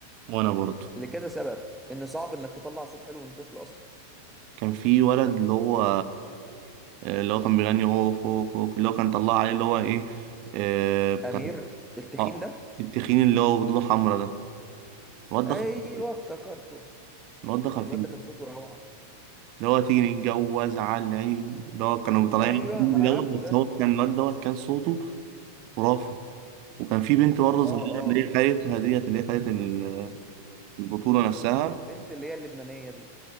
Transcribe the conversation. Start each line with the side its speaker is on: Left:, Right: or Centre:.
Right: وأنا برضه
Centre: لكذا سبب ان صعب انك تطلع صوت حلو من طفل اصلا
Right: كان في ولد اللي هو آه، اللي هو كان بيغني اوف اوف اوف اللي هو كان طلع عليه اللي هو ايه آه بتاع
Centre: امير التخين
Right: اه
Centre: ده
Right: التخين اللي هو خدوده حمرا ده الواد ده
Centre: ايوه
Right: خطير
Centre: افتكرته
Right: الواد ده خطير
Centre: الواد ده كان صوته روعه
Right: اللي هو تيجي نتجوز على العيد اللي هو كانوا مطلعين
Centre: ايوه
Right: دوت
Centre: ما انا عارفه ده
Right: بس هو كان الواد دوت كان صوته خرافي وكان في بنت برضه
Centre: اه
Right: صغيرة
Centre: اه
Right: اللي هي خدتها ديت اللي هي خدت ال- البطولة نفسها
Centre: البنت اللي هي اللبنانيه دي